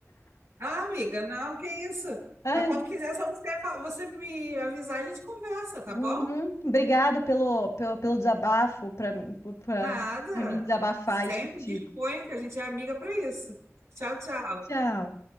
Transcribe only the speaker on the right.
Ah, amiga, não, que isso?
Mas quando quiser, é só você, fa- você me avisar, a gente conversa, tá
bom?
Nada.
Sempre
disponha que a gente é amiga para isso. Tchau, tchau.